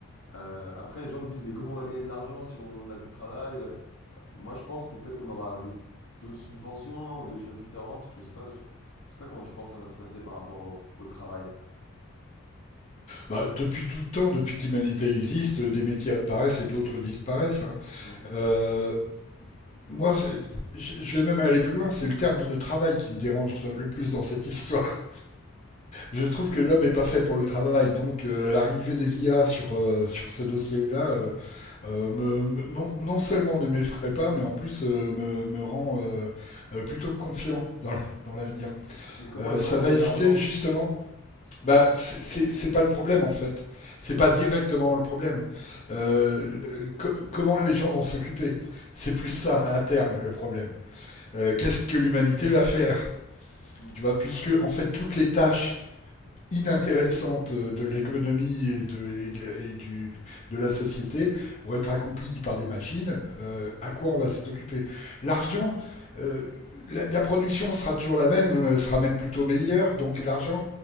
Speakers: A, on the left; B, on the left.
A: Euh, après, les gens me disent, mais comment on va gagner de l'argent si on n'a plus de travail Euh, bah, Moi, je pense que peut-être qu'on aura des- d'autres subventions hein, ou des choses différentes. Je sais pas, je, je sais pas comment tu penses que ça va se passer par rapport au, au travail.
B: Bah, depuis tout temps, depuis que l'humanité existe, euh, des métiers apparaissent et d'autres disparaissent. Hein.
A: Mm.
B: Euh, moi, je vais même aller plus loin, c'est le terme de travail qui me dérange le plus dans cette histoire. Je trouve que l'homme n'est pas fait pour le travail, donc euh, l'arrivée des IA sur, euh, sur ce dossier-là, euh, euh, me, me- non, non seulement ne m'effraie pas, mais en plus euh, me, me rend euh, euh, plutôt confiant dans la- dans l'avenir.
A: Mais comment
B: Euh,
A: les
B: ça
A: gens vont gagner
B: va éviter
A: de l'argent
B: justement. Bah, c'est c'est- c'est pas le problème en fait. C'est pas directement le problème. Euh, le- co- comment les gens vont s'occuper? C'est plus ça à terme le problème. Euh, qu'est-ce que l'humanité va faire?
A: Mm.
B: Tu vois, puisque en fait toutes les tâches inintéressante de l'économie et, de, et de, et du, de la société vont être accomplies par des machines, euh, à quoi on va s'occuper L'argent, euh, la, la, production sera toujours la même, sera même plutôt meilleure, donc l'argent,